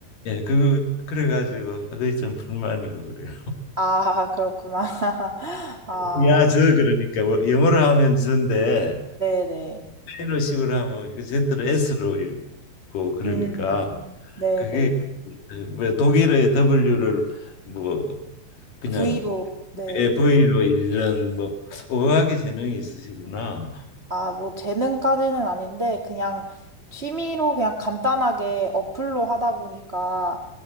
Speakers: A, on the left; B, on the right.
A: 예, 그 그래가지고 그게 좀 불만이고 그래요.
B: 아, 그렇구나. <laughs> 아,
A: <laughs> 야, 저 그러니까 뭐 영어로 하면 저인데
B: 네네.
A: 스페인어식으로 하면 이거 Z로 S로 읽고 그러니까
B: 음, 네네.
A: 그게 왜 독일어의 W를 뭐 그냥
B: V로, 네.
A: 예, V로 읽는 뭐 어학의 재능이 있으시구나.
B: 아, 뭐, 재능까지는 아닌데, 그냥 취미로 그냥 간단하게 어플로 하다 보니까